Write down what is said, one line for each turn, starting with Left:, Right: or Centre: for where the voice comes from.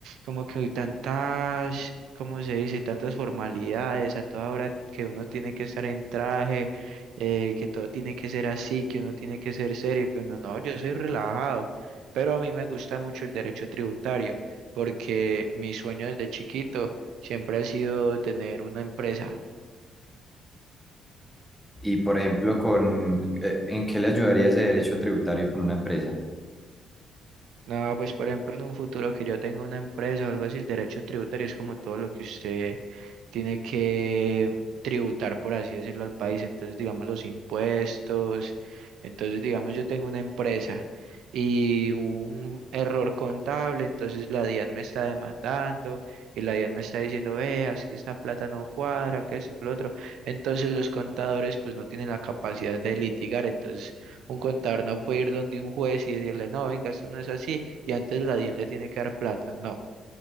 Right: como que hay tantas, ¿cómo se dice? Tantas formalidades a toda hora que uno tiene que estar en traje, eh, que todo tiene que ser así, que uno tiene que ser serio, que uno no, yo soy relajado, pero a mí me gusta mucho el derecho tributario, porque mi sueño desde chiquito Siempre ha sido de tener una empresa.
Centre: Y, por ejemplo, con, eh, ¿en qué le ayudaría ese derecho tributario con una empresa?
Right: No, pues por ejemplo, en un futuro que yo tenga una empresa o algo así, el derecho tributario es como todo lo que usted tiene que tributar, por así decirlo, al país. Entonces, digamos, los impuestos. Entonces, digamos, yo tengo una empresa y hubo un error contable, entonces la DIAN me está demandando y la DIAN me está diciendo, veas que esta plata no cuadra, que esto, que lo otro. Entonces, los contadores pues no tienen la capacidad de litigar, entonces Un contador no puede ir donde un juez y decirle, no, venga, esto no es así, y antes la DIAN le tiene que dar plata. No,